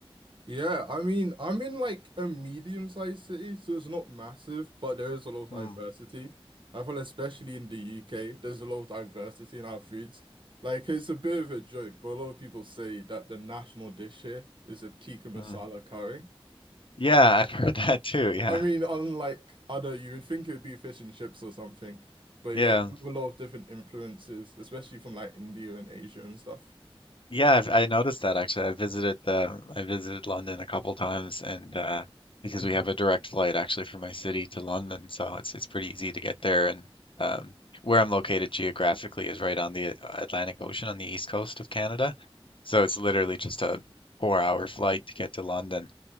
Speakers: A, on the right; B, on the left.
A: Yeah, I mean, I'm in like a medium-sized city, so it's not massive, but there is a lot of diversity.
B: Hmm.
A: I feel especially in the UK, there's a lot of diversity in our foods. Like it's a bit of a joke, but a lot of people say that the national dish here is a tikka masala
B: hmm.
A: curry.
B: Yeah, I've <laughs> heard that too. Yeah.
A: I mean, unlike other, you would think it would be fish and chips or something. But
B: Yeah.
A: yeah, we have a lot of different influences, especially from like India and Asia and stuff.
B: Yeah, I've, I noticed that actually. I visited uh, I visited London a couple times and uh because we have a direct flight actually from my city to London, so it's it's pretty easy to get there and um where I'm located geographically is right on the Atlantic Ocean on the east coast of Canada. So it's literally just a four hour flight to get to London.